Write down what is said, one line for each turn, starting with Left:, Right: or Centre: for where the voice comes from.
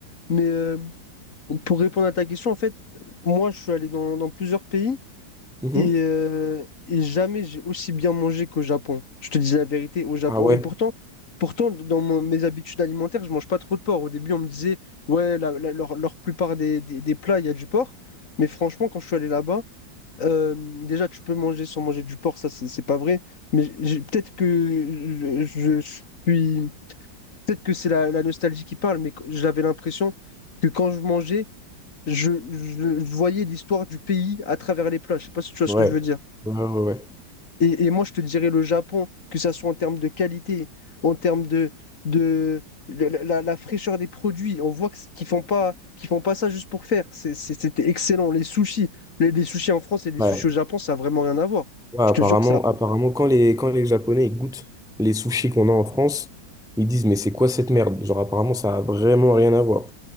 Left: Mais euh, pour répondre à ta question, en fait, moi, je suis allé dans, dans plusieurs pays.
Centre: Mhm.
Left: Et, euh, et jamais j'ai aussi bien mangé qu'au Japon. Je te dis la vérité, au Japon.
Centre: Ah ouais,
Left: Et pourtant, pourtant dans mon- mes habitudes alimentaires, je mange pas trop de porc. Au début, on me disait, ouais, la, la- leur, leur plupart des, des- des plats, il y a du porc. Mais franchement, quand je suis allé là-bas, euh, déjà, tu peux manger sans manger du porc, ça, c'est c'est pas vrai. Mais j'ai- j'ai- peut-être que je, je- je suis. Peut-être que c'est la, la nostalgie qui parle, mais j'avais l'impression que quand je mangeais, je, je je voyais l'histoire du pays à travers les plats. Je sais pas si tu vois
Centre: ouais,
Left: ce que je veux dire.
Centre: ouais, ouais, ouais.
Left: Et, et moi, je te dirais le Japon, que ça soit en termes de qualité, en termes de, de la, la- la fraîcheur des produits. On voit que- qu'ils font pas, qu'ils font pas ça juste pour faire. C'est- c'est- C'était excellent. Les sushis, les, les sushis en France et les
Centre: Ouais.
Left: sushis au Japon, ça n'a vraiment rien à voir.
Centre: Ouais,
Left: Je
Centre: apparemment,
Left: te jure que ça.
Centre: apparemment, quand les, quand les Japonais ils goûtent les sushis qu'on a en France, ils disent, mais c'est quoi cette merde? Genre, apparemment, ça a vraiment rien à voir.